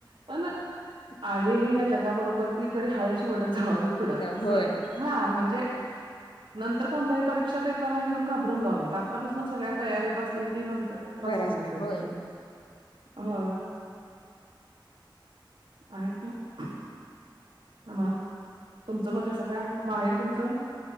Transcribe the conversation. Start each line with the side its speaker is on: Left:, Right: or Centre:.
Right: पण आहे. जगाबरोबर ती तरी हाय अशी वडत जामावी पुढं अस
Left: होय
Right: हा म्हणजे,
Left: हा
Right: नंतर कोणत्याही परीक्षा देताना एकदम खाबर जाऊ आतापासून सगळ्या तयारीत असल्या की नंतर त्रास
Left: बर
Right: होत
Left: असते
Right: नाही त्या गोष्टी
Left: होय
Right: हा अ! ! ह म तुमचं मग कसं का माहेर तुमचं!